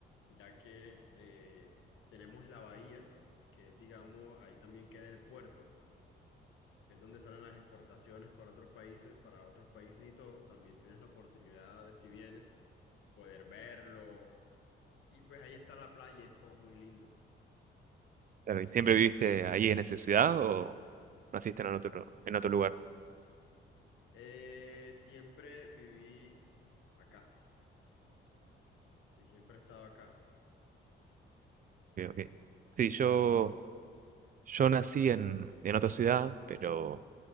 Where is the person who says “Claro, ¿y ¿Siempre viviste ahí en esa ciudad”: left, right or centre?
Right